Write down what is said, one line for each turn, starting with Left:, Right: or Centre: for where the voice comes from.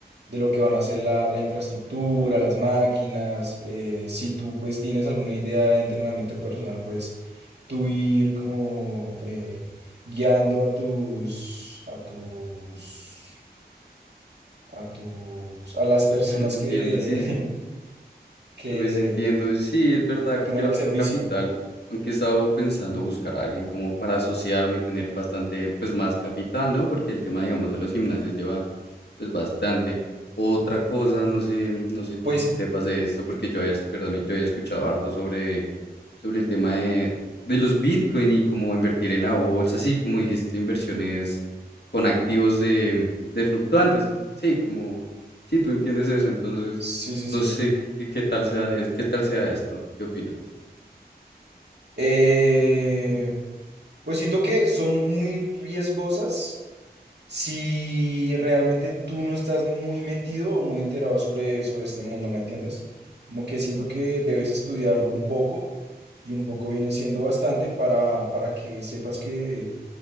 Right: de lo que van a hacer la, la infraestructura, las máquinas, eh, si tú pues tienes alguna idea de entrenamiento personal, pues tú ir como eh, guiando a tus, a tus, a tus, a las personas
Left: <laughs> Entiendo,
Right: que...
Left: sí, sí.
Right: <laughs> que
Left: Pues entiendo, sí,
Right: que,
Left: es verdad
Right: que
Left: que
Right: tomen
Left: llevar
Right: el servicio.
Left: tu capital, aunque he estado pensando buscar a alguien como para asociarme y tener bastante, pues más capital, ¿no? Porque el tema, digamos, de los gimnasios lleva, pues bastante. Otra cosa, no sé, no sé tú
Right: Pues
Left: que sepas de esto, porque yo había, perdón, yo había escuchado harto sobre, sobre el tema de, de los Bitcoin y cómo invertir en la bolsa, así como dijiste, inversiones con activos de, de fluctuantes, sí, como, sí, tú entiendes eso, entonces...
Right: sí, sí,
Left: No
Right: sí.
Left: sé qué, qué- qué tal sea, qué tal sea esto. ¿Qué opinas?
Right: Eh, pues siento que son muy riesgosas si realmente tú no estás muy metido o muy enterado sobre, sobre este mundo, ¿me entiendes? Como que siento que debes estudiarlo un poco y un poco viene siendo bastante para, para que sepas que